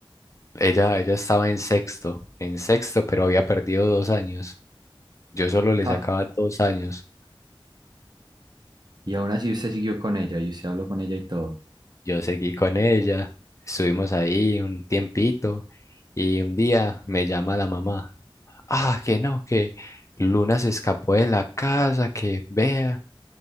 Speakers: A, on the left; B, on the right.
A: Ella, ella estaba en sexto, en sexto, pero había perdido dos años. Yo solo le
B: Ja.
A: sacaba dos años.
B: Y aún así usted siguió con ella y usted habló con ella y todo.
A: Yo seguí con ella, estuvimos ahí un tiempito y un día me llama la mamá. Ah, que no, que Luna se escapó de la casa, que vea,